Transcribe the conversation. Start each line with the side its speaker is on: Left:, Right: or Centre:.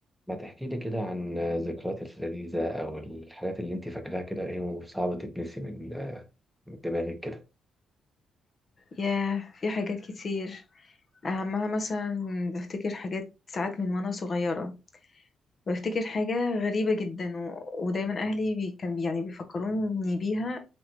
Centre: ما تحكي لي كده عن ذكرياتك اللذيذة أو الحاجات اللي أنت فاكراها كده هي صعبة تتنسي من من دماغك كده
Left: ياه في حاجات كتير أهمها مثلا بفتكر حاجات ساعات من وأنا صغيرة بفتكر حاجة غريبة جدا و... ودايما أهلي بي... كان بي... يعني بيفكروني بيها